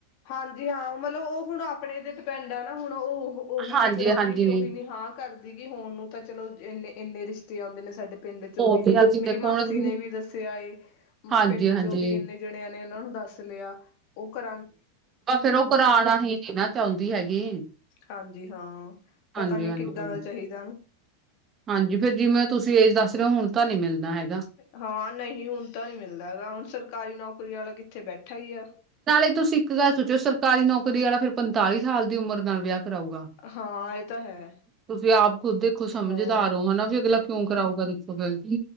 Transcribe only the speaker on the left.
ਹਾਂਜੀ ਹਾਂ, ਮਤਲਬ ਉਹ ਹੁਣ ਆਪਣੇ ਤੇ ਡਿਪੈਂਡ ਆ ਨਾ ਹੁਣ ਉਹ ਉਹੀ
ਨੀ ਕਰਾਉਂਦੀ ਜੀ ਉਹੀ ਨੀ ਹਾਂ ਕਰਦੀ ਗੀ, ਹੋਣ ਨੂੰ ਤਾਂ ਚਲੋ ਇੰਨੇ-ਇੰਨੇ ਰਿਸ਼ਤੇ ਆਂਦੇ ਨੇ ਸਾਡੇ। ਪਿੰਡ ਚੋਂ
ਵੀ,
ਮੇਰੀ
ਮਾਸੀ
ਨੇ ਵੀ ਦੱਸਿਆ ਏ,
ਪਿੰਡ ਚੋਂ ਵੀ ਇੰਨੇ ਜਿਹੜੀਆਂ ਨੇ ਉਹਨਾਂ ਨੂੰ ਦੱਸ ਲਿਆ ਉਹ ਘਾਂ
ਹਾਂਜੀ ਹਾਂ, ਪਤਾ
ਨੀ ਕਿੱਦਾਂ ਦਾ ਚਾਹੀਦਾ
ਹਾਂ ਨਹੀਂ ਹੁਣ ਤਾਂ ਨਹੀ ਮਿਲਦਾ ਹੈਗਾ ਹੁਣ ਸਰਕਾਰੀ ਨੌਕਰੀ ਵਾਲਾ ਕਿੱਥੇ ਬੈਠਾ ਹੀ ਆ
ਹਾਂ ਇਹ ਤਾਂ ਹੈ
ਹਾਂ